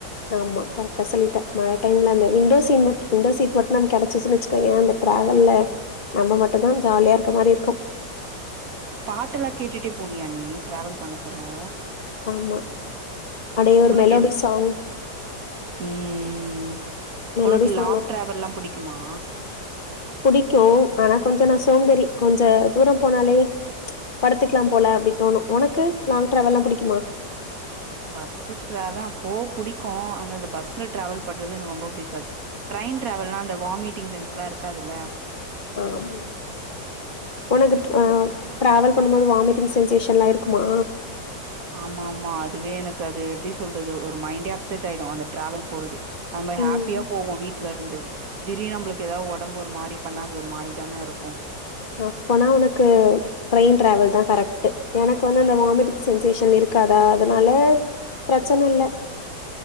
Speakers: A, on the left (about 35°); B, on the right (about 60°).
A: ஆமா கரெட்டா சொல்லிட்ட மழ டைம்ல அந்த விண்டோ சிம்ட் விண்டோ சீட் மட்டு நமக்கு கெடச்சசினு வச்சுக்கோயே அந்த ட்ராவெல்ல நம்ப மட்டு தா ஜாலியா இருக்க மாரி இருக்கு
B: பாட்டெல்லா கேட்டுட்டே போவியா நீ ட்ராவல் பண்ண சொன்ன
A: ஆமா அடே ஒரு
B: உனக்கு
A: மெலோடி
B: என்
A: சாங்
B: ம்
A: மெலோடி
B: உனக்கு
A: சாங்னா
B: லாங் டிராவல்லா புடிக்குமா
A: புடிக்கு ஆனா கொஞ்ஜமா சோம்பேறி கொஞ்ஜ தூரோ போனாலே ம்ச் படத்துகெலா போல அப்டி தோனு உனக்கு லாங் ட்ராவல்லா புடிக்குமா
B: பஸ்ஷு ட்ரே தா போ புடிக்கு ஆனா அந்தபஸ்ல ட்ராவல் பண்றது எனக்கு ரொம்ப புடிக்காது ட்ரெயின் ட்ராவல்லா அந்த வாமிட்டிங் சென்ஸ்லா இருக்காது இல்ல
A: ஆமா உனக்கு டிராவல் பண்ணும்போது வாமிட்டிங் சென்சேஷன் எல்லா இருக்குமா
B: ஆமா ஆமா அதுவே எனக்கு அது எப்டி சொல்றது ஒரு மைண்டே அப்செட் ஆயிடு அந்த ட்ராவல் போறது நம்ப ஹாப்பியா
A: ம்
B: போவோ வீட் வீட்ல இருந்து திடீர்னு நம்ளுக்கு ஏதாது ஒடம்பு ஒரு மாரி பண்ணா அது ஒரு மாரி தானே இருக்கு
A: அப்பனா உனக்கு ட்ரெயின் ட்ராவல் தா கரெக்ட்டு எனக்கு வந்து அந்த வாமிட்டிங் சென்சேஷன் இருக்காதா அதனால பிரச்சன இல்ல